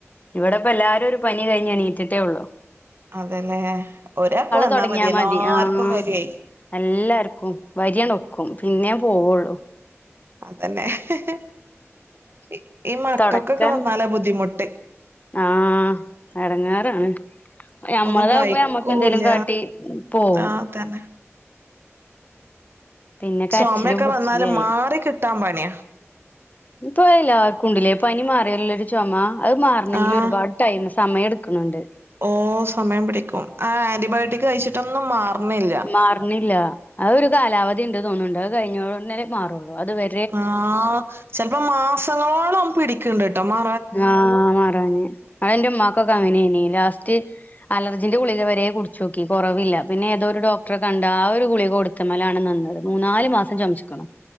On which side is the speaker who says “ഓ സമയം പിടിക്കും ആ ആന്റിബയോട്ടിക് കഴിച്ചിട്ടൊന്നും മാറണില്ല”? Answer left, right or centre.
Right